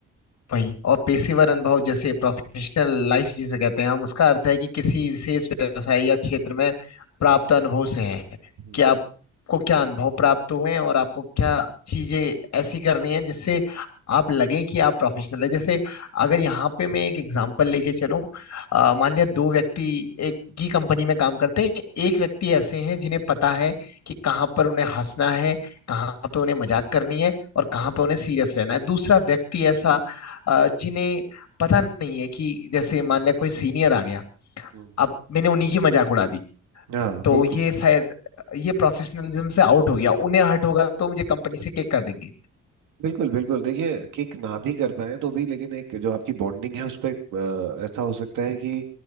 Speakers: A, on the left; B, on the right.
A: वही और पेशेवर अनुभव जैसे प्रोफेशनल लाइफ जिसे कहते हैं हम उसका अर्थ है कि किसी विशेष व्यवसाय या क्षेत्र में प्राप्त अनुभव से है
B: हम्म,
A: कि आपको क्या अनुभव प्राप्त हुए हैं और आपको क्या चीजें ऐसी करनी है जिससे आप लगे कि आप प्रोफेशनल है जैसे अगर यहाँ पे मैं एक एग्जांपल लेके चलूं अ, मान लिया दो व्यक्ति एक ही कंपनी में काम करते हैं एक व्यक्ति ऐसे हैं जिन्हें पता है कि कहाँ पर उन्हें हंसना है कहाँ पे उन्हें मजाक करनी है और कहाँ पे उन्हें सीरियस रहना है दूसरा व्यक्ति ऐसा अ, जिन्हें पता नहीं है कि जैसे मान लिया कोई सीनियर आ गया
B: हम्म।
A: अब मैंने उन्हीं की मजाक उड़ा दी
B: हाँ
A: तो
B: बिल्कुल
A: ये शायद ये प्रोफेशनलिज्म से आउट हो गया उन्हें हर्ट होगा तो मुझे कंपनी से किक कर देंगे
B: बिल्कुल बिल्कुल देखिए किक ना भी कर पाए तो भी लेकिन एक जो आपकी बॉन्डिंग है उस पर ऐसा हो सकता है कि